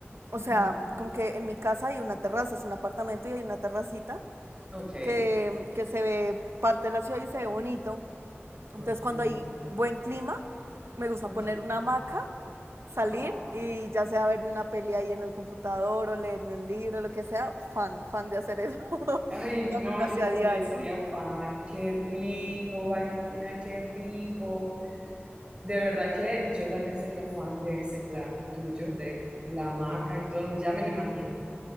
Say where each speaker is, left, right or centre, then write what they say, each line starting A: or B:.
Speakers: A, on the right (about 80°); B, on the right (about 25°).
A: o
B: ujú,
A: sea, como que en mi casa hay una terraza, es un apartamento y hay una terracita
B: Ok. Ay,
A: que, que se ve parte de la ciudad y se ve bonito. Entonces
B: qué
A: cuando
B: lindo.
A: hay buen clima, me gusta
B: Ok.
A: poner una hamaca, salir
B: Oh.
A: y ya sea verme una peli ahí en el computador o leerme un libro, lo que sea, fan, fan de hacer eso. <laughs>
B: Ay,
A: Lo hago
B: no,
A: casi
B: yo también
A: a diario,
B: sería fan. Qué rico, Valentina, qué rico. De verdad que yo también sería fan de ese plan tuyo, de la hamaca y todo. Ya me lo imagino.